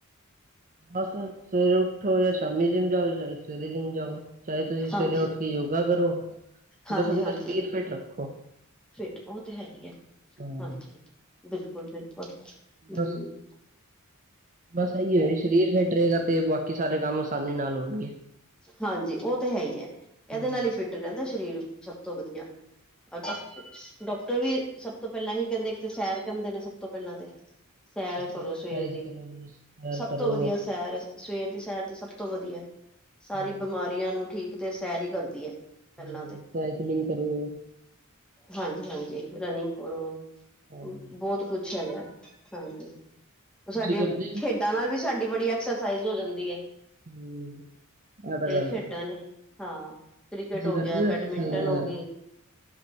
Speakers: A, on the right; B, in the centre.
A: ਬਸ, ਸਵੇਰੇ ਉੱਠੋ ਜਾਂ ਸ਼ਾਮੀ ਜਿਮ ਜਾਓ ਜਾਂ ਸਵੇਰੇ ਜਿਮ ਜਾਓ। ਚਾਹੇ ਤੁਸੀਂ
B: ਹਾਂਜੀ
A: ਸਵੇਰੇ ਉੱਠ ਕੇ ਯੋਗਾ ਕਰੋ,
B: ਹਾਂਜੀ
A: ਬਸ ਆਪਣਾ
B: ਹਾਂਜੀ
A: ਸਰੀਰ ਫਿਟ ਰੱਖੋ।
B: ਫਿਟ, ਉਹ ਤੇ ਹੈ ਈ ਐ,
A: ਹੂੰ।
B: ਹਾਂਜੀ ਬਿਲਕੁਲ-ਬਿਲਕੁਲ
A: ਬਸ
B: ਹੁੰ। <inaudible>
A: ਬਸ ਇਹੀ ਐ, ਸਰੀਰ ਫਿੱਟ ਰਹੇਗਾ ਤੇ ਬਾਕੀ ਸਾਰੇ ਕੰਮ ਆਸਾਨੀ ਨਾਲ ਹੋਣਗੇ।
B: ਹਾਂਜੀ ਉਹ ਤੇ ਹੈ ਈ ਐ, ਇਹਦੇ
A: ਹੂੰ-ਹੂੰ।
B: ਨਾਲ ਈ ਫਿੱਟ ਰਹਿੰਦੇ ਸਰੀਰ, ਸਭ ਤੋਂ ਵਧੀਆ। ਡ ਡਾਕਟਰ ਵੀ ਸਭ ਤੋਂ ਪਹਿਲਾਂ ਇਹੀ ਕਹਿੰਦੇ, ਇੱਕ ਤੇ ਸੈਰ ਕਰਨਦੇ ਨੇ ਸਭ ਤੋਂ ਪਹਿਲਾਂ ਤੇ ਸੈਰ ਕਰੋ
A: ਐਕਸਰਸਾਈਜ਼
B: ਸਵੇਰ ਦੀ,
A: ਕਰੋ, ਸੈਰ
B: ਸਭ
A: ਕਰੋ।
B: ਤੋਂ ਵਧੀਆ ਸੈਰ ਸਵੇਰ ਦੀ ਸੈਰ ਤੇ ਸਭ ਤੋਂ ਵਧੀਆ। ਸਾਰੀ
A: ਹੂੰ।
B: ਬਿਮਾਰੀਆਂ ਨੂੰ ਠੀਕ ਤੇ ਸੈਰ ਈ ਕਰਦੀ ਐ, ਪਹਿਲਾਂ
A: ਹੂੰ,
B: ਤੇ
A: ਸਾਈਕਲਿੰਗ ਕਰੋ।
B: ਹਾਂਜੀ-ਹਾਂਜੀ ਰਨਿੰਗ ਕਰੋ,
A: ਅਮ,
B: ਬਹੁਤ ਪੁੱਛਿਆ ਗਿਆ, ਹਾਂਜੀ
A: ਤੁਸੀਂ
B: ਉਹ ਸਾਡੀਆਂ
A: ਕਰਦੇ ਹੋ?
B: ਖੇਡਾਂ ਨਾਲ ਵੀ ਸਾਡੀ ਬੜੀ ਐਕਸਰਸਾਈਜ਼ ਹੋ ਜਾਂਦੀ ਐ।
A: ਹੂੰ। ਇਹ ਤਾਂ
B: ਕਈ
A: ਗੱਲ
B: ਖੇਡਾਂ
A: ਹੈ।
B: ਨੇ, ਹਾਂ। ਕ੍ਰਿਕਟ
A: ਤੁਸੀਂ
B: ਹੋ
A: ਕਰਦੇ
B: ਗਿਆ,
A: ਐਕਸਰਸਾਈਜ਼
B: ਬੈਡਮਿੰਟਨ
A: ਵਗੈਰਾ?
B: ਹੋ ਗੀ